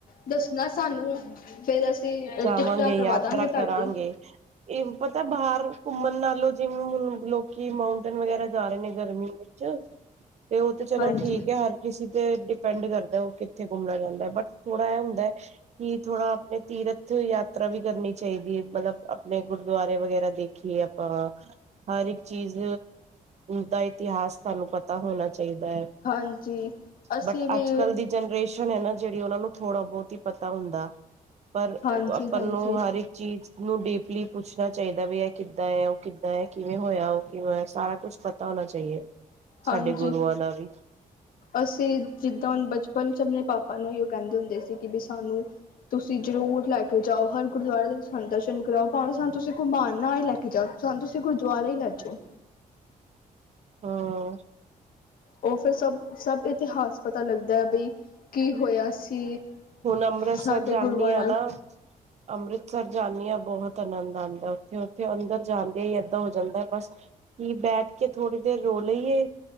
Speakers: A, on the left; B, on the right.
A: ਦੱਸਣਾ ਸਾਨੂੰ। ਫੇਰ, ਅਸੀਂ
B: ਜਾਵਾਂਗੇ
A: ਟਿਕਟਾਂ ਕਰਵਾ
B: ਯਾਤਰਾ
A: ਦਾਂਗੇ ਤੁਹਾਡੀ।
B: ਕਰਾਂਗੇ ਇਹ ਪਤਾ, ਬਾਹਰ ਘੁੰਮਣ ਨਾਲੋਂ ਜਿਵੇਂ ਹੁਣ ਲੋਕੀ ਮਾਊਂਟੇਨ ਵਗੈਰਾ ਜਾ ਰਹੇ ਨੇ, ਗਰਮੀ ਵਿੱਚ ਤੇ, ਉਹ ਤੇ ਚਲੋ
A: ਹਾਂਜੀ
B: ਠੀਕ ਹੈ। ਕਿਸੀ ਤੇ, ਡਿਪੈਂਡ ਕਰਦਾ, ਉਹ ਕਿੱਥੇ ਘੁੰਮਣਾ ਚਾਹੁੰਦਾ ਬਟ ਥੋੜਾ ਐ ਹੁੰਦਾ ਕੀ ਥੋੜ੍ਹਾ, ਆਪਣੇ ਤੀਰਥ ਤੀਰਥ ਯਾਤਰਾ ਵੀ ਕਰਨੀ ਚਾਹੀਦੀ ਹੈ, ਮਤਲਬ ਆਪਣੇ ਗੁਰਦੁਆਰੇ ਵਗੈਰਾ ਦੇਖੀਏ ਆਪਾਂ। ਹਰ ਇੱਕ ਚੀਜ਼ ਦਾ, ਇਤਿਹਾਸ ਤੁਹਾਨੂੰ ਪਤਾ ਹੋਣਾ ਚਾਹੀਦਾ ਹੈ।
A: ਹਾਂਜੀ, ਅਸੀਂ
B: ਬਟ
A: ਵੀ
B: ਅੱਜ ਕੱਲ ਦੀ ਜਨਰੇਸ਼ਨ ਹੈ ਨਾ ਜਿਹੜੀ, ਉਹਨਾਂ ਨੂੰ ਥੋੜ੍ਹਾ ਬਹੁਤ ਹੀ ਪਤਾ ਹੁੰਦਾ। ਪਰ
A: ਹਾਂਜੀ
B: ਆਪਾਂ
A: ਹਾਂਜੀ
B: ਨੂੰ, ਹਰ ਇੱਕ ਚੀਜ਼ ਨੂੰ, ਡੀਪਲੀ ਪੁੱਛਣਾ ਚਾਹੀਦਾ, ਵੀ ਇਹ ਕਿੱਦਾਂ ਹੈ, ਉਹ ਕਿੱਦਾਂ ਹੈ, ਕਿਵੇਂ ਹੋਇਆ? ਉਹ ਕਿਵੇਂ, ਸਾਰਾ ਕੁਛ ਪਤਾ ਤਾ, ਹੋਣਾ ਚਾਹੀਦੇ,
A: ਹਾਂਜੀ
B: ਸਾਡੇ ਗੁਰੂਆਂ ਦਾ ਵੀ।
A: ਅਸੀਂ, ਜਿੱਦਾਂ ਹੁਣ ਬਚਪਨ ਚ ਆਪਣੇ ਪਾਪਾ ਨੂੰ ਇਹੀਓ ਕਹਿੰਦੇ ਹੁੰਦੇ ਸੀ, ਕਿ ਵੀ ਸਾਨੂੰ ਤੁਸੀਂ ਜ਼ਰੂਰ ਲੈ ਕੇ ਜਾਉ, ਹਰ ਗੁਰਦੁਆਰੇ ਦੇ ਸਾਨੂੰ, ਦਰਸ਼ਨ ਕਰਾਉ, ਭਾਵੇਂ ਸਾਨੂੰ ਤੁਸੀਂ ਘੁੰਮਾਣ ਨਾ ਹੀ ਲੈ ਕੇ ਜਾਓ, ਸਾਨੂੰ ਤੁਸੀਂ ਗੁਰਦੁਆਰਾ ਹੀ ਲੈ ਜੋ।
B: ਹੋਰ?
A: ਉਹ ਫਿਰ, ਸਭ- ਸਭ ਇਤਿਹਾਸ ਪਤਾ ਲੱਗਦਾ ਹੈ, ਬਈ ਕੀ ਹੋਇਆ ਸੀ?
B: ਹੁਣ, ਅੰਮ੍ਰਿਤਸਰ
A: ਸਾਡੇ
B: ਜਾਂਨੀ
A: ਗੁਰੂਆਂ ਨਾਲ
B: ਆ ਨਾ ਅੰਮ੍ਰਿਤਸਰ ਜਾਂਨੀ ਆ, ਬਹੁਤ ਆਨੰਦ ਆਉਂਦਾ ਉੱਥੇ, ਉੱਥੇ ਅੰਦਰ ਜਾਂਦਿਆਂ ਹੀ, ਏਦਾਂ ਹੋ ਜਾਂਦਾ ਬਸ ਕਿ ਬੈਠ ਕੇ ਥੋੜ੍ਹੀ ਦੇਰ ਰੋ ਲਈਏ,